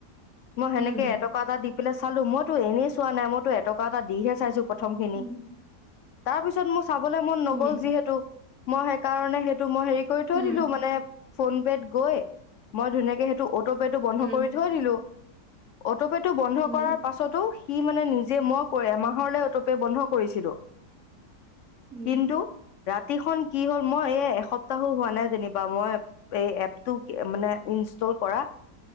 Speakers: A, on the left; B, on the right.
A: মই সেনেকে
B: উম
A: এটকা এটা দি পেলাই চালো মইতো এনেই চোৱা নাই মইতো এটকা এটা দিহে চাইছো প্ৰথম খিনি
B: উম
A: তাৰ পিছত মোৰ চাবলৈ মন নগ'ল
B: উম
A: যিহেতু মই সেইকাৰণে সেইটো মই হেৰি কৰি থৈ
B: উম
A: দিলো মানে ফোন পে'ত গৈ মই ধুনীয়াকে সেইটো অটোপে'টো বন্ধ
B: উম
A: কৰি থৈ দিলো অটোপে'টো বন্ধ
B: উম
A: কৰাৰ পাছতো সি মানে নিজে মই কৈ এমাহৰলৈ
B: উম
A: অটোপে বন্ধ কৰিছিলো
B: উম
A: কিন্তু ৰাতিখন কি হ'ল মই এ এসপ্তাহো হোৱা নাই পালে যেনিবা মই এই এপটো মানে ইনষ্টল কৰা